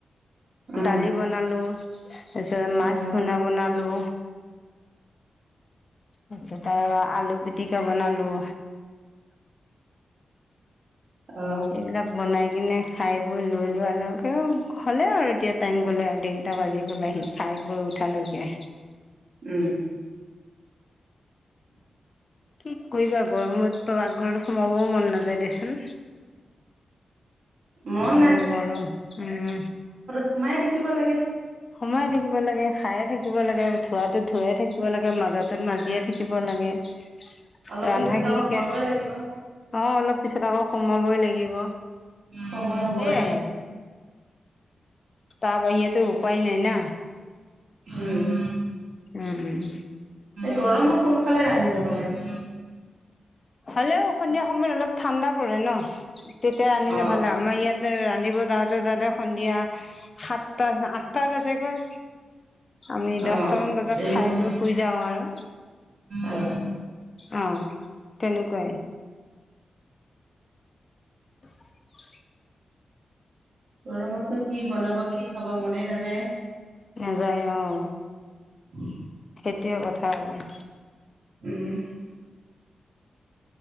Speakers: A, on the right; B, on the left.
A: অ
B: দালি বনালো তাৰ পিছত মাছ
A: অ
B: পোনা বনালো তাৰিত আৰু আলু পিটিকা বনালো
A: অ
B: এইবিলাক বনাই স কিনে খাই বৈ লৈ লোৱাৰ লগকে হ'লে আৰু এতিয়া টাইম গ'লে আৰু তিনিটা বাজি গ'লে সি খাই গৈ উঠালৈকে
A: উম
B: কি কৰিবা গৰমত পাকঘৰত সোমাবও মন নাযায় দেচোন
A: মন
B: ইমান গৰম উম
A: সোমাইে থাকিব লাগে
B: সোমাই থাকিব লাগে খায়ে থাকিব লাগে ধৱটোত ধোৱে থাকিব লাগে মাজাত মাজিয়ে থাকিব লাগে <inaudible>
A: অলপ
B: ৰন্ধা
A: পিছত
B: খিনিকে
A: আকৌ সোমাবই লাগিব
B: অ অলপ পিছত আকৌ সময়াবই লাগিব
A: সময় হবয়ে।
B: সেইয়াই তাৰ বাহিয়েটো উপায় নাই না,
A: উম
B: উম উম
A: গৰমত সোনকালে ৰান্ধি লব লাগে।
B: হ'লেও সন্ধিয়া সময়ত অলপ ঠাণ্ডা পৰে ন তেতিয়া ৰান্ধিলে
A: অ',
B: ভাল আমাৰ ইয়তে ৰান্ধিব যাওঁতে যাওঁতে সন্ধিয়া সাতটা আঠটা বাজ গৈ। আমি দশটামান
A: অ'।
B: বজাত
A: দেৰি
B: খাই
A: হয়
B: বৈ শুই যাওঁ আৰু।
A: অ
B: অ তেনেকুৱাই <unintelligible>
A: গৰমতনো কি বনাব কি খাব মনে নাযায়।
B: নযায় অহ
A: <unintelligible>
B: সেইটোৱয়ে কথা আৰু
A: উম